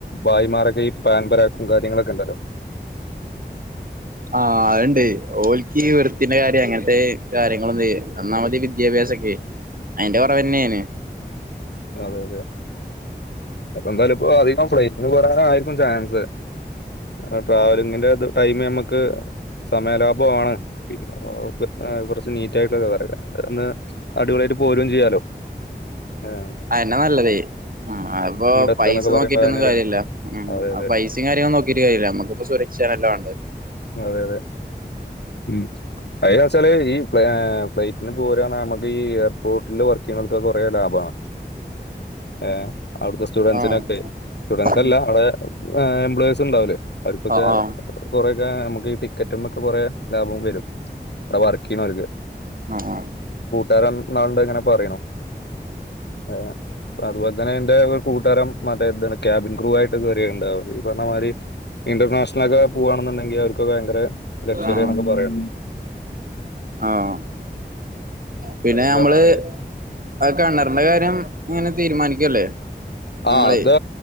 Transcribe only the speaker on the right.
ആഹ് അത്ണ്ടെയ് ഓൽകീ വൃത്തിന്റെ കാര്യം അങ്ങനത്തെ കാര്യങ്ങളൊന്നുയ് ഒന്നാമത് വിദ്യാഭ്യാസൊക്കെ. അതിന്റെ <unintelligible> നേണ്
അയന്നെ നല്ലതയ് ഉം അപ്പൊ
പൈസ
നോക്കിട്ടൊന്നും
കാര്യല്ല ഉം
പൈസയും കാര്യൊവും നോ കീട്ട് കയ്യുല്ല നമുക്കിപ്പൊ സുരക്ഷേണാലോ വാണ്ടേ
ആഹ്
ഉം
ആഹ് ആഹ്
ആഹ് ആഹ്
ആഹ് ആഹ്
ആഹ് പിന്നെ
നമ്മള്
ആ കെണർന്റെ കാര്യം ങ്ങനെ തീരുമാനിക്കല്ലേ
നമ്മളെ